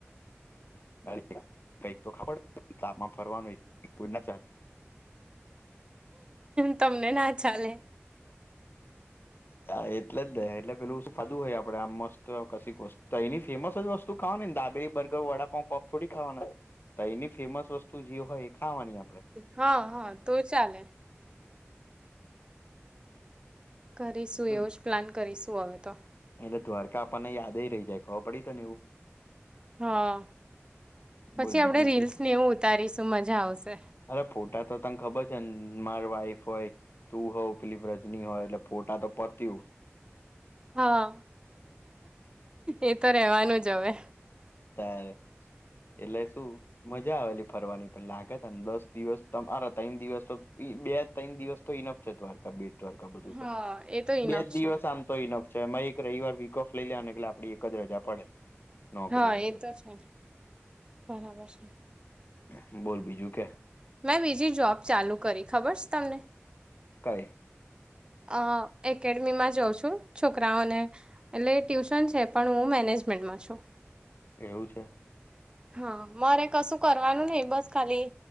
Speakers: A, on the left; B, on the right.
A: <inaudible> ખબર તાપમાં ફરવાનું <inaudible>
B: તમને ના ચાલે.
A: હા એટલે જ દે એટલે પેલું સાધું હોય આપડે આ મસ્ત કશક વસ્તુ એની ફેમસ જ વસ્તુ કા ડાબરી, બર્ગર, વડાપઉ, પપ થોડી ખાવાના તો એની ફેમસ વસ્તુ જે હોય ખાવાની આપડે
B: હા હા તો ચાલે. કરીશું
A: તો
B: એવો જ પ્લાન કરીશું હવે તો.
A: એટલે દ્વારકા આપણને યાદે રહી જાય ખબર પડી તો ને એવું.
B: હા. પછી
A: બોલ
B: આપડે
A: બીજું
B: રીલ્સ
A: તો
B: ને એવું ઉતારીશું મજા આવશે.
A: અરે ફોટા તો તને ખબર માર વાઈફ હોય તું હોઉ પીલીપ્રજની હોય એટલે ફોટા તો પતય્યું
B: હા, એ તો રેવાનું જ હવે
A: ત્યારે એટલે શું મજા આવેલી ફરવાની પણ લાગે તને દસ દિવસ તમારા ત્રણ દિવસ તો બે ત્રણ દિવસ તો ઇનફ છે, દ્વારકા બેટ દ્વારકા બધું
B: હા
A: તો
B: એ તો ઇનફ
A: બે જ દિવસ
B: છે
A: આમ તો ઇનફ તો એમાં એક રવિવાર વીક ઓફ લઈ લ્યા ને એટલે આપડી એક જ રજા પડે, નોકરીની
B: હા એ
A: જો
B: તો છે બરાબર છે
A: બોલ બીજું કે?
B: મેં બીજી જોબ ચાલુ કરી ખબર છે તમને
A: કઈ
B: અ એકેડમીમાં જોઉં છું છોકરાઓને એટલે ટ્યુશન છે પણ હું મેનેજ મેન્ટમાં છું
A: એવું છે.
B: હા મારે કશું કરવાનું નહિ, બસ ખાલી